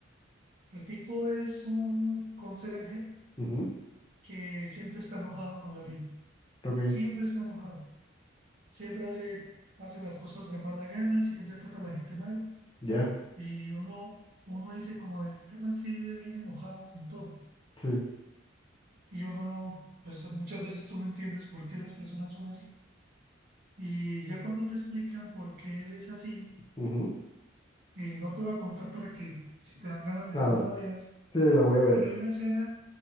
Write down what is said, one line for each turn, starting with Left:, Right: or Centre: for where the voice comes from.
Right: El tipo es un conserje
Left: Ujú,
Right: que siempre está enojado con la vida.
Left: Ok.
Right: Siempre está enojado. siempre hace, hace las cosas de mala gana, siempre trata a la gente mal
Left: Ya.
Right: y uno, uno dice como este man sí vive bien enojado con todo
Left: Sí.
Right: y uno, pues muchas veces tú no entiendes por qué las personas son así y ya cuando te explican por qué él es así
Left: ujú,
Right: y no te voy a contar para que si te dan ganas de
Left: Claro.
Right: verla la veas,
Left: Sí, la voy a ver.
Right: pero hay una escena,